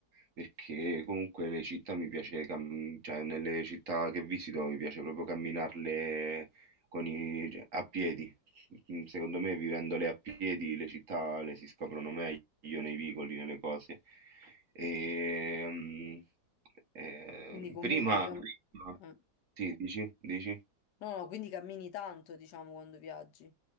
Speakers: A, on the right; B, on the left.
A: Perché comunque le città mi piace, cam- cioè nelle città che visito mi piace proprio camminarle con i, cioè, a piedi. Mm, Secondo me, vivendole a piedi, le città le si scoprono meglio nei vicoli, nelle cose. E, mm, eh,
B: Quindi comunque
A: prima,
B: Quindi,
A: prima-
B: cam- eh.
A: sì, dici, dici?
B: No, no, quindi cammini tanto, diciamo, quando viaggi.